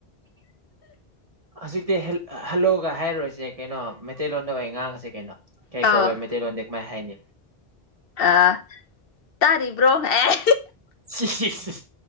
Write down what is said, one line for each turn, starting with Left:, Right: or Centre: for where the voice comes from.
Right: <unintelligible> ꯍꯧꯖꯤꯛꯇꯤ ꯍ‌ꯦꯜ ꯍꯜꯂꯣꯒ ꯍꯥꯏꯔꯔꯣꯏꯁꯦ ꯀꯩꯅꯣ ꯃꯩꯇꯩꯂꯣꯟꯗ ꯑꯣꯏ ꯉꯥꯡꯉꯁꯦ ꯀꯩꯅꯣ ꯀꯩ
Left: ꯑꯧ
Right: ꯀꯧꯋꯦ ꯃꯩꯇꯩ ꯂꯣꯟꯗ ꯀꯃꯥꯏ ꯍꯥꯏꯅꯤ
Left: ꯑꯥ ꯇꯥꯔꯤꯕ꯭ꯔꯣ ꯑꯦ
Right: ꯁꯤꯁꯤꯁ